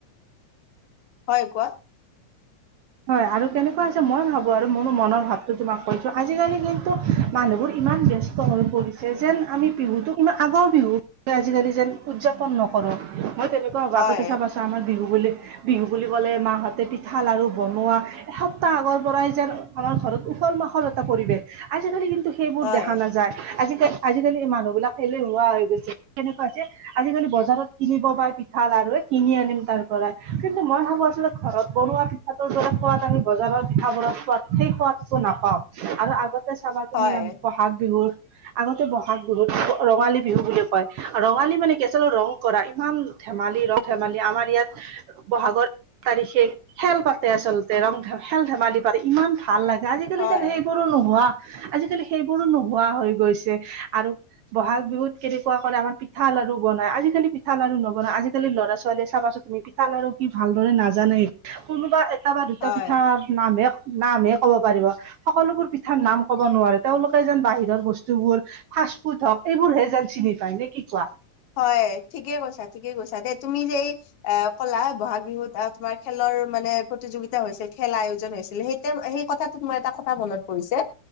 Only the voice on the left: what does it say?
হয় কোৱা?
হয়
হয়
হয়
হয়
হয়
হয় ঠিকে কৈছা ঠিকে কৈছা দে তুমি যে অ কলা ব'হাগ বিহুত আহ তোমাৰ খেলৰ মানে প্ৰতিযোগিতা হৈছিল খেল আয়োজন হৈছিলে সেই তে সেই কথাটোত মই এটা কথা মনত পৰিছে